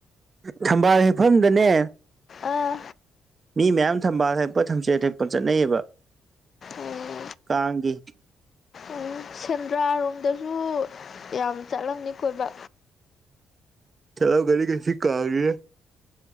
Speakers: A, on the right; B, on the left.
A: ꯊꯝꯕꯥꯜ ꯍꯦꯛꯐꯝꯗꯅꯦ
B: ꯑꯥ
A: ꯃꯤ ꯃꯌꯥꯝ ꯊꯝꯕꯥꯜ ꯍꯦꯛꯄ ꯊꯝꯆꯦꯠ ꯍꯦꯛꯄ ꯆꯠꯅꯩꯑꯕ
B: ꯎꯝ
A: ꯀꯥꯡꯒꯤ
B: ꯎꯝ ꯁꯦꯟꯗ꯭ꯔꯥꯔꯣꯝꯗꯁꯨ ꯌꯥꯝ ꯆꯠꯂꯝꯅꯤ ꯀꯣꯏꯕ
A: ꯆꯠꯂꯝꯒꯅꯤ ꯉꯁꯤ ꯀꯥꯡꯅꯤꯅ